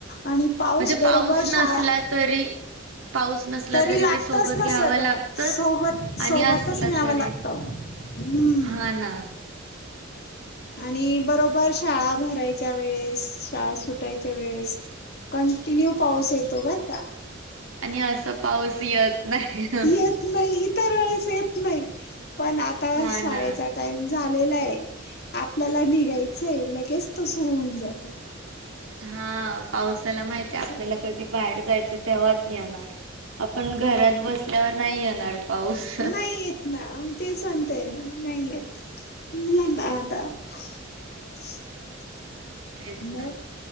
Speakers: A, on the left (about 50°); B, on the right (about 75°).
A: आणि पाऊस
B: म्हणजे
A: बरोबर शाळा
B: नसला तरी पाऊस नसला
A: तरी लागतच
B: ते सोबत
A: ना
B: घ्यावं
A: सगळं
B: लागतच
A: सोबत सोबतच
B: आणि असला
A: न्यावं
B: तरी
A: लागत. हम्म
B: हा ना
A: आणि बरोबर शाळा भरायच्या वेळेस शाळा सुटायच्या वेळेस कंटिन्यू पाऊस येतो बरं का.
B: आणि असं पाऊस येत नाही.
A: येत नाही इतर वेळेस येत नाही पण आता
B: हा
A: शाळेचा
B: ना.
A: टाइम झालेलाय आपल्याला निघायचंय लगेच त सुरू होऊन जातो.
B: हा पावसाला माहितीय
A: असं
B: आपल्याला
A: आहे.
B: कधी बाहेर जायचं तेव्हाच येणार. आपण घरात बसल्यावर नाही येणार. पाऊस.
A: नाही येतं ना ते सांगतेये ना नाही येतं. <inaudible>
B: हो. तेच
A: मग
B: ना